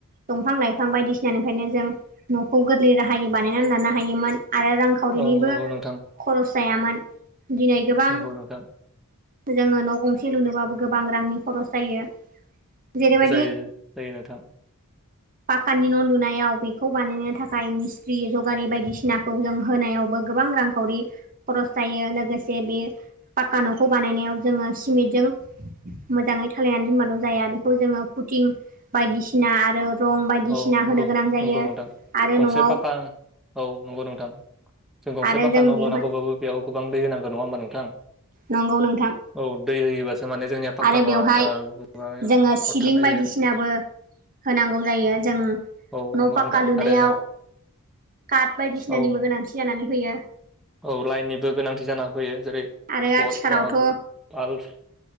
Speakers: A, on the right; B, in the centre.
A: दंफां लाइफां बायदिसिनानिफ्रायनो जों न'खौ गोरलै राहायै बानायनानै लानो हायोमोन आरो रांखावरिनिबो
B: औ नंगौ नोंथां
A: खरस जायामोन दिनै गोबां
B: नंगौ नोंथां
A: जोङो न' गंसे लुनोबाबबो गोबां रांनि खरस जायो जेरैबायदि
B: जायो जायो नोंथां
A: पाकानानि न' लुनायाव बे बेखौ बानायनो थाखाय मिस्थ्रि जगारि बायदिसिनाखौ जों होनायावबो गोबां रांखावरि खरस जायो लोगोसे बे पाक्का न'खौ बानायनायाव जोङो सिमेन्टजों मोजाङै थालायनानै दोनबाल' जाया बेखौ जोङो फुटिं बायदिसिना आरो। रं बायदिसिना
B: औ नंगौ
A: होनो गोनां जायो।
B: नंगौ नोंथां
A: आरो
B: गंसे
A: न'आव
B: पाका औ नंगौ नोंथां जों गंसे
A: आरो
B: पाखा नाव
A: बेवहाय
B: लुनांगौबाबो बेयाव गोबां दै होनांगो नङा होनबा नोंथां
A: नंगौ नोंथां
B: औ दै होयोबासो माने जोंनिया पाक्का
A: आरो
B: न'आ
A: बेवहाय
B: ओ गोबाङै
A: जोङो सिलिं
B: अरथाबनाय
A: बायदिसिनाबो
B: जायो आरो।
A: होनांगौ जायो जों न'
B: औ नंगौ
A: पाक्का
B: नोंथां
A: लुनायाव
B: आरो
A: काट बायदिसिनानिबो
B: औ
A: गोनांथि जानानै फैयो
B: औ लाइननिबो गोनांथि जाना फैयो जेरै
A: आरो
B: पल्स
A: आथिखालावथ'